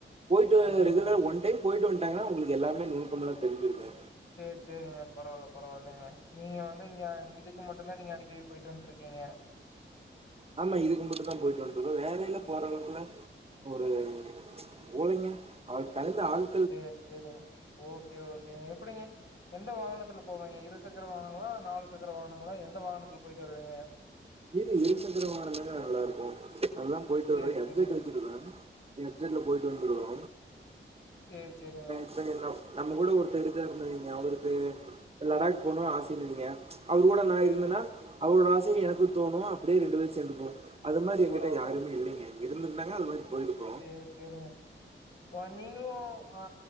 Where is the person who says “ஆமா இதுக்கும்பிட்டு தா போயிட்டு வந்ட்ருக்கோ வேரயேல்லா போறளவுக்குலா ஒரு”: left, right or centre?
Right